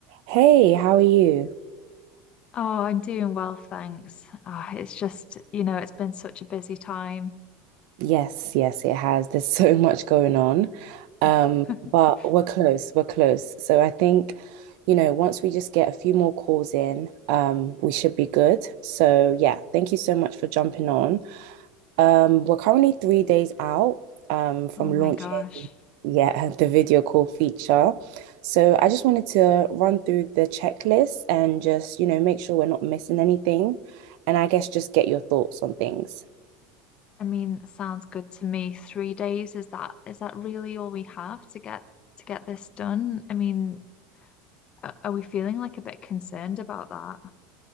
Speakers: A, on the right; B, on the left.
A: Hey, how are you?
B: Oh, I'm doing well, thanks. Oh, it's just, you know, it's been such a busy time.
A: Yes, yes, it has. There's <laughs> so much going on. Um,
B: <laughs>
A: but we're close, we're close. So I think, you know, once we just get a few more calls in, um, we should be good. So yeah, thank you so much for jumping on. Um, we're currently three days out, um, from
B: Oh my
A: launching,
B: gosh.
A: yeah, <laughs> the video call feature. So I just wanted to run through the checklist and just, you know, make sure we're not missing anything. And I guess just get your thoughts on things.
B: I mean, sounds good to me. Three days, is that is that really all we have to get to get this done? I mean, a- are we feeling like a bit concerned about that?